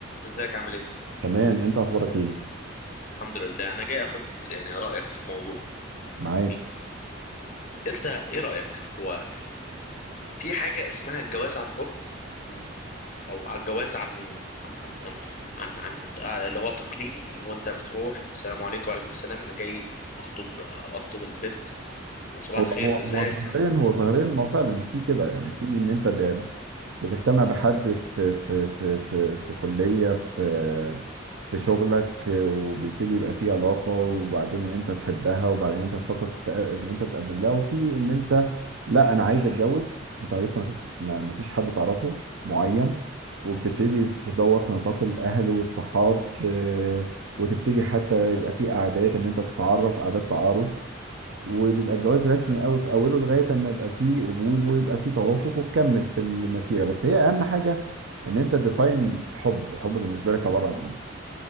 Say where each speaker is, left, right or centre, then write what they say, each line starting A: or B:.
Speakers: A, on the left; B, on the right.
A: ازيك عامل ايه؟
B: تمام انت اخبارك ايه
A: الحمد لله انا جاي اخد يعني رايك في موضوع
B: معاك
A: يعني انت ايه رايك هو في حاجه اسمها الجواز عن حب و- او على الجواز عن عن عن عن, عن, عن آه، اللي هو تقليدي اللي هو انت بتروح السلام عليكم وعليكم السلام انا جاي اخطب اخطب البنت وصباح
B: هو
A: الخير
B: هو
A: ازيك
B: هو ظاهريا هو ظاهريا ما هو فعلا في كده يعني في ان انت ب- بتجتمع بحد في في في في في كليه في في شغلك وبيبتدي يبقى في علاقه وبعدين ان انت تحبها وبعدين انت تفكر في التق- ان انت تقدم لها وفي ان انت لا انا عايز اتجوز انت لسه ما شفتش ما ما فيش حد تعرفه معين وبتبتدي تدور في نطاق الاهل والصحاب اه، وتبتدي حتى يبقى في قعدات ان انت تتعرف قعدات تعارف وبيبقى الجواز رسمي قوي في اوله لغايه اما يبقى فيه قبول ويبقى فيه توافق وتكمل في المسيره بس هي اهم حاجه ان انت تديفاين الحب الحب بالنسبه لك عباره عن ايه